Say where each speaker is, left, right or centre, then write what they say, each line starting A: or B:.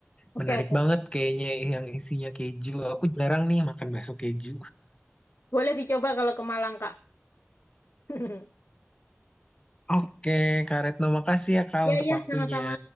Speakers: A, on the left; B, on the left.
A: Oke,
B: Menarik
A: oke.
B: banget kayaknya yang isinya keju. Aku jarang nih makan bakso keju.
A: Boleh dicoba kalau ke Malang, Kak. <laughs>
B: Oke, Kak Retno, makasih ya, Kak,
A: Ya,
B: untuk
A: ya,
B: waktunya.
A: sama-sama.